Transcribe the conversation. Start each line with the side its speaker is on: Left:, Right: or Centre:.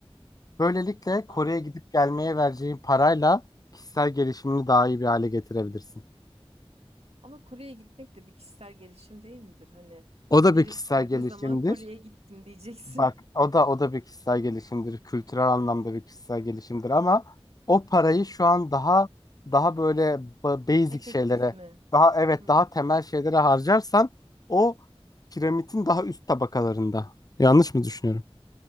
Left: Böylelikle Kore'ye
Right: Aa,
Left: gidip gelmeye vereceğin parayla kişisel gelişimini daha iyi bir hale getirebilirsin.
Right: ama Kore'ye gitmek de bir kişisel gelişim değil midir? Hani
Left: O da
Right: birisi
Left: bir kişisel
Right: sorduğu
Left: gelişimdir.
Right: zaman Kore'ye gittim diyeceksin.
Left: Bak o da o da bir kişisel gelişimdir. Kültürel anlamda bir kişisel gelişimdir ama o parayı şu an daha daha böyle ba-
Right: <laughs>
Left: basic
Right: Efektif
Left: şeylere,
Right: mi?
Left: daha evet
Right: Hı,
Left: daha temel şeylere harcarsan o piramidin daha üst tabakalarında. Yanlış mı düşünüyorum?